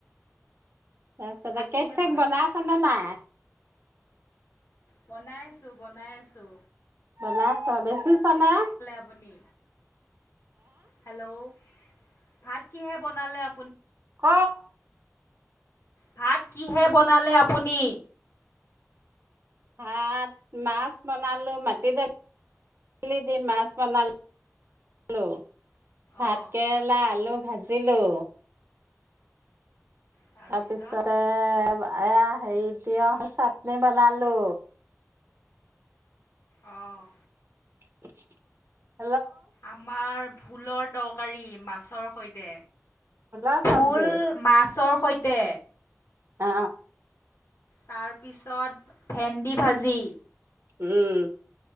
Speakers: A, on the right; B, on the left.
A: আছ
B: ভাত
A: কেক
B: কিহে
A: চেক
B: বনালে
A: বনায় আছ ন নাই
B: বনাই আছো বনাই আছো
A: বলা আছ বেছি চ নাই
B: আপুনি হেল্ল' ভাত কিহে বনালে আ
A: ক
B: ভাত কিহে বনালে আপুনি
A: ভাত মাছ বনালো মাটি দালি দি মাছ বনালো ভাত
B: অঁ
A: কেৰেলা আলু ভাজিলোঁ
B: তাৰপিছত
A: তাৰপিছতে এয়া হেৰিতি চাটনি বনালো
B: অঁ
A: <inaudible>
B: আমাৰ ফুলৰ তৰকাৰী মাছৰ সৈতে
A: হেল্ল' চব্জি
B: ফুল মাছৰ সৈতে
A: আ
B: তাৰপিছত ভেন্দি ভাজি
A: উম